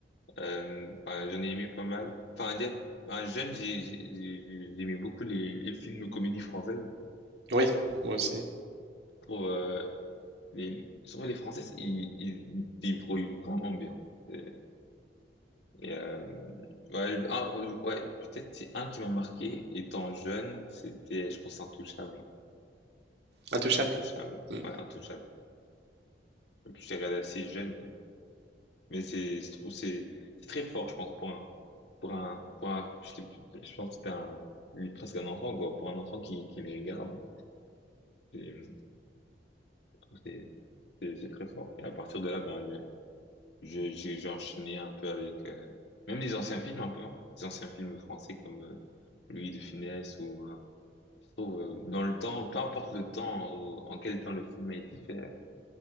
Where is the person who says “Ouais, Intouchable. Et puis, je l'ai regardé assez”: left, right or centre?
Left